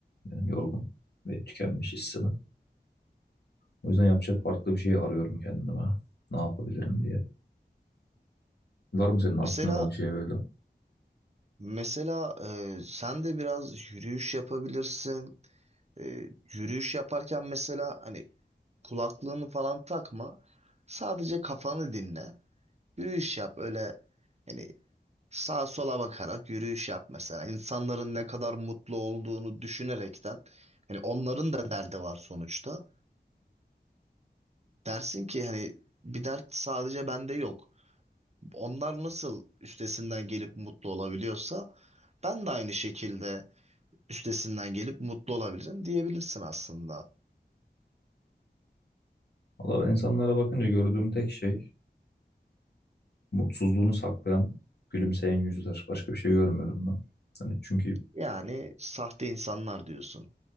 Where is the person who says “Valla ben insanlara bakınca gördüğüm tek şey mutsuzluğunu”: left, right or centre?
Left